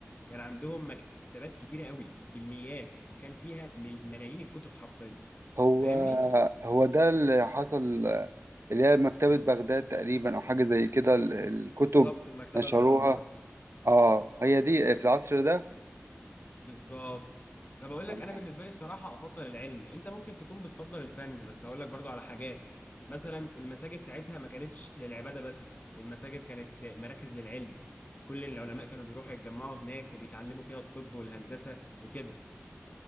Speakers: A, on the left; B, on the right.
A: كان عندهم مكتبات كتيره قوي بالميات وكان فيها مل- ملايين الكتب حرفيا
B: هو
A: فاهمني
B: هو ده اللي حصل اللي هي مكتبة بغداد تقريبا أو حاجة زي كده ال- الكتب
A: بالظبط المكتبه
B: نشروها
A: اللي اتدمرت
B: اه هي دي في العصر ده
A: بالظبط فبقول
B: تمام
A: لك انا بالنسبه لي بصراحه افضل العلم انت ممكن تكون بتفضل الفن بس هقول لك برضو على حاجات مثلا المساجد ساعتها ما كانتش للعباده بس المساجد كانت مراكز للعلم كل العلماء كانوا بيروحوا يتجمعوا هناك وبيتعلموا فيها الطب والهندسه وكده